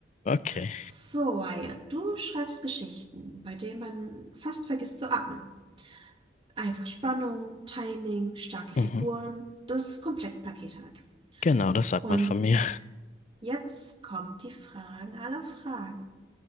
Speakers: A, on the left (about 40°); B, on the right (about 25°).
A: Okay.
B: So, Wyatt, du schreibst Geschichten, bei denen man fast vergisst zu atmen. Einfach Spannung, Timing, starke Figuren,
A: Mhm.
B: das Komplettpaket halt.
A: Genau, das sagt
B: Und
A: man von mir.
B: jetzt kommt die Fragen aller Fragen.